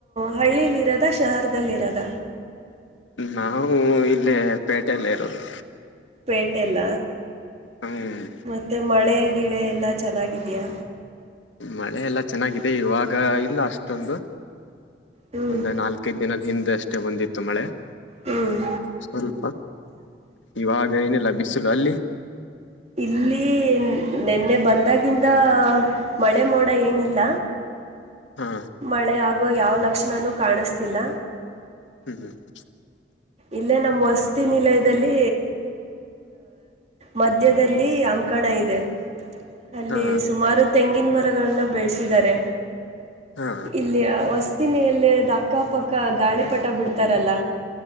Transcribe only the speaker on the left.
ನಾವು ಇಲ್ಲೇ ಪೇಟೆಲ್ಲೇ ಇರೋದು.
ಹ್ಮ್
ಮಳೆ ಎಲ್ಲ ಚೆನ್ನಾಗಿದೆ ಇವಾಗ ಇಲ್ಲ ಅಷ್ಟೊಂದು
ಒಂದ ನಾಲ್ಕ ಕೈದ ದಿನದ ಹಿಂದ ಅಷ್ಟೇ ಬಂದಿತ್ತು ಮಳೆ.
ಸ್ವಲ್ಪ ಇವಾಗ ಏನಿಲ್ಲ ಬಿಸಿಲು ಅಲ್ಲಿ.
ಹಾ
ಹ್ಮ್ಮ್ ಹ್ಮ್ಮ್
ಹಾ
ಹಾ